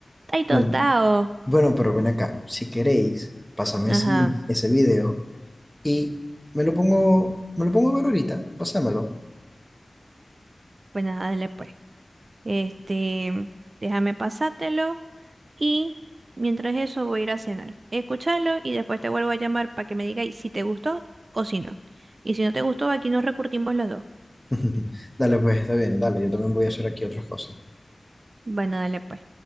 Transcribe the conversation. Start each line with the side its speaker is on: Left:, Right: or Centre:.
Right: Tai
Centre: Bueno,
Right: tostado.
Centre: bueno, pero ven acá, si queréis, pásame
Right: Ajá,
Centre: ese, ese video y me lo pongo, me lo pongo a ver ahorita, pásamelo.
Right: pues nada, dale pues. Este, déjame pasártelo. Y mientras eso voy a ir a cenar. Escúchalo y después te vuelvo a llamar para que me digáis si te gustó o si no. Y si no te gustó, aquí nos recurtimos los dos.
Centre: <laughs> Dale, pues está bien, dale, yo también voy a hacer aquí otras cosas.
Right: Bueno, dale pues.